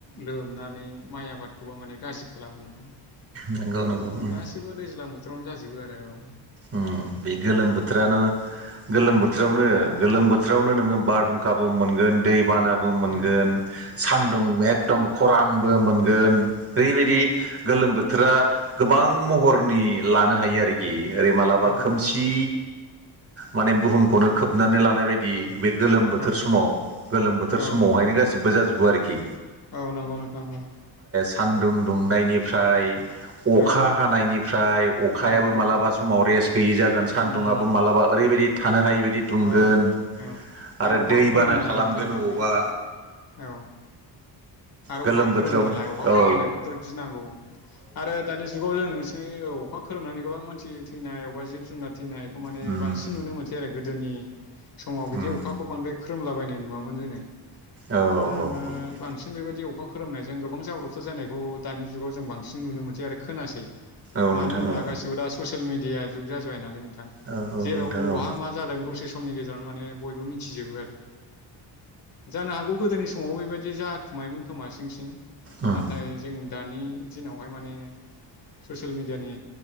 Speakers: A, on the left (about 50°); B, on the right (about 30°).
A: लोमनानै माइ आबादखौबो माने गाज्रि खालामो। बेफोर
B: नंगौ नंगौ उम
A: गासैबो दैज्लां बोथोरावनो जाजोबो आरो औ।
B: उम बे गोलोम बोथोरानो गोलोम
A: औ
B: बोथोरावनो गोलोम बोथोरावनो नोङो बारहुंखा ब मोनगोन दैबानाबो मोनगोन
A: औ
B: सान्दुं
A: औ
B: एकदम खरानबो मोनगोन ओरैबायदि
A: औ
B: गोलोम बोथोरा गोबां महरनि लानो हायो आरोखि। ओरै मालाबा
A: औ
B: खोमसि माने बुहुमखौनो खोबनानै लानाय बायदि बे गोलोम बोथोर
A: औ
B: समाव गोलोम बोथोर
A: औ
B: समावहायनो गासिबो जाजोबो आरोखि।
A: औ नंगौ नोंथां औ
B: सान्दुं दुंनायनिफ्राय अखा
A: औ
B: हानायनिफ्राय अखायाबो
A: औ
B: मालाबा
A: अखा
B: सम समाव रेस गैयै जागोन सान्दुंङाबो
A: उम
B: मालाबा ओरैबायदि थानो हायै बाय दि‌ दुंगोन
A: औ औ
B: आरो
A: अखा
B: दैबाना
A: खोरोमनाय
B: खालामगोन
A: नोंथां
B: अबावबा
A: औ आरो
B: गोलोम
A: अखा खोरोमनायालाय
B: बोथोरावनो
A: अखा
B: औ
A: खोरोमनायखौबो गिनांगौ। आरो दानि जुगाव जों नुसै अखा खोरोमनानै गोबां मानसि थैनाय अबा जिब जुनार थैनायखौ माने
B: उम
A: बांसिन नुनो मोनसै आरो गोदोनि समाव बिदि
B: उम
A: अखाखौ बांद्राय खोरोमलाबायनाय नुवामोन जोङो
B: औ औ
A: दा
B: औ
A: बांसिन बेबायदि अखा खोरोमनायजों गोबां जाब्रबसार जानायखौ दानि जुगाव जों बांसिन नुनो मोनसै आरो खोनासै।
B: औ
A: मानो
B: नोंथां
A: होनबा
B: औ
A: गासिबो दा ससियेल मि दिया जुग जाजोब्बाय नालाय नोंथां
B: औ औ
A: जेराव
B: नोंथां
A: बवहा
B: औ
A: मा जादों दसे समनि गेजेराव माने बयबो मिथिजोबो आरो जानो हागौ गोदोनि समाव बेबायदि जा खुमायोन खोमा सिं सिं
B: उम
A: नाथाय जों दानि दिनावहाय माने ससियेल मिडियानि